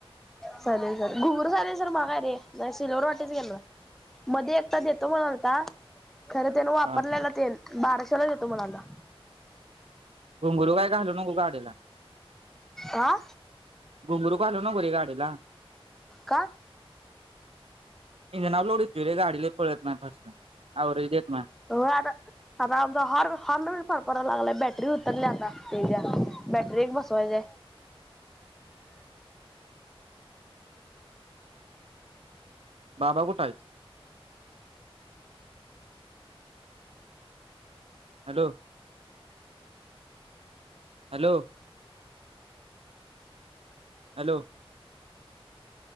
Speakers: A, in the centre; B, on the right (about 75°).
A: चालेल-चाले घुगरू चालेन सर मागा रे, नाही सिल्वर वाटी चं घेणार. मध्ये एकता देतो म्हणालता, खरं त्यान वापरलेला
B: हा
A: तेन बाराशेला देतो म्हणालता.
B: घुंगुरु काही घालू नको गाडीला.
A: हा
B: घुंगरू बांधूं नको रे गांडीला
A: कां
B: इंजना लोडीत ते रे गांडीला पळतं आवरेज देतं नाहीं
A: हो आंता आंता आमचां हॉर्न हॉर्न फांर पडांयला लागलांय बॅटरी उतरली आंता ते बॅटरी एक बसवांय ची आहे
B: बाबां कुंठे आहेतं hello hello hello